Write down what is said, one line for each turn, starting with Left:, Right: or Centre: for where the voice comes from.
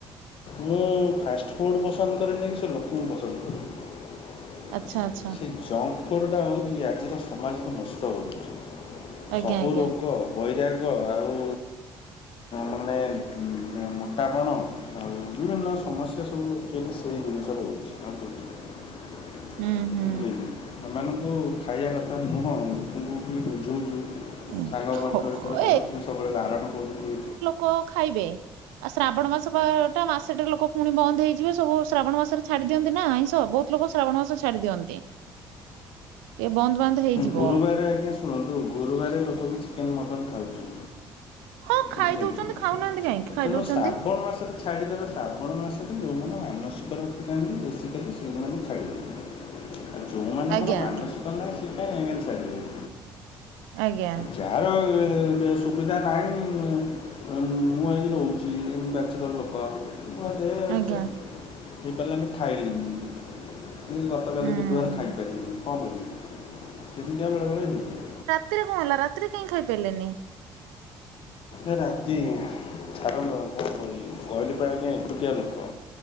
Left: ମୁଁ ଫାଷ୍ଟ ଫୁଡ଼୍ ପସନ୍ଦ କରେନି କି ସେ ଲୋକଙ୍କୁ ପସନ୍ଦ କରେନି।
Right: ଆଚ୍ଛା ଆଚ୍ଛା।
Left: ଜଙ୍କ ଫୁଡ୍ଟା ହେଉଛି ଆଜିର ସମାଜକୁ ନଷ୍ଟ କରୁଛି
Right: ଆଜ୍ଞା
Left: ସବୁ
Right: ଆଜ୍ଞା
Left: ରୋଗ। ବୈରାଗ ଆଉ ମାନେ ମୋଟା ପଣ। ଆଉ ବିଭିନ୍ନ ସମସ୍ୟା ସବୁ ଆକଚୁଆଲି ସେଇ ଜିନିଷରୁ ହେଇଛି ଆଉ କିଛିନାଇ।
Right: ହୁଁ ହୁଁ।
Left: ବଝିହଉଛି ‌ନା ଏମାନଙ୍କୁ ଖାଇବା କଥା ନୁହଁ ଲୋକଙ୍କୁ ‌ଖାଲି ବୁଝଉଛୁ।
Right: ହୁଁ।
Left: ସାଙ୍ଗ ମାନଙ୍କ
Right: ହଁ
Left: ଭିତରେ ସମସ୍ତିଙ୍କୁ ସବୁବେଳେ ବାରଣ କରୁଛୁ।
Right: କଁ ଖାଇବେ। ଆଉ ଶ୍ରାବଣ ମାସ ବା ଟା ମାସେ ଟେ ଲୋକେ ପୁଣି ବନ୍ଦ ହେଇଯିବେ। ସବୁ ଶ୍ରାବଣ ମାସରେ ଛାଡି ଦିଅନ୍ତି ନା ଆଇଁଷ ବହୁତ। ଛି ଲୋକ ଶ୍ରାବଣ ମାସ ଛାଡି ଦିଅନ୍ତି। ଟିକେ ବନ୍ଦ ବାନ୍ଦ ହେଇଯିବ।
Left: ଗୁରୁବାର ଆଜ୍ଞା। ଶୁଣନ୍ତୁ ଗୁରୁବାର ଲୋକ ବି ଚିକେନ୍ ମଟନ୍ ଖାଉଛନ୍ତି।
Right: ହଁ ଖାଇ
Left: ବୁଝିଲେକି।
Right: ଦଉଛନ୍ତି ଖାଉନାହାନ୍ତି କାହିଁକି
Left: ଆଚନ
Right: ଖାଇ ଦଉଛନ୍ତି
Left: ଶ୍ରାବଣ ମାସରେ ଛାଡ଼ିଦେବେ ଶ୍ରାବଣ ମାସରେ ଯେଉଁମାନେ ମାନସିକ ରଖିଥାନ୍ତି ବେସିକାଲି ସେଇମାନେ ଛାଡ଼ଦିଅନ୍ତି। ଯୋଉମାନଙ୍କର
Right: ଆଜ୍ଞା
Left: ମାନସିକ
Right: ଆଜ୍ଞା
Left: ନାହିଁ। ସେ କାଇଁ ଆଜ୍ଞା ଛାଡିଵେ।
Right: ଆଜ୍ଞା।
Left: ଯାହାର ବେ ସୁବିଧା ନାହିଁ। ମୁଁ ଏଇ ରହୁଚି ବ୍ୟାଚଲର ଲୋକ। <unintelligible>
Right: ଆଜ୍ଞା
Left: ହେଇପାରିଲାନି ଖାଇଲିନି। ମୁଁ ଗତକାଲି
Right: ହୁଁ।
Left: ବୁଧବାର ଖାଇପାରିଲିନି। କଣ କରିବି ସେମିତିଆ ବେଳେ ବେଳେ ହେଇଯାଏ।
Right: ରାତୀରେ କଣ ହେଲା ରାତିରେ କାଇଁ ଖାଇପାରିଲେନି।
Left: ଏ ରାତି ଛାଡ଼ନ୍ତୁ ଆଉ କଣ କହିବି। କହିଲିପା ଆଜ୍ଞା ଏକୁଟିଆ ଲୋକ।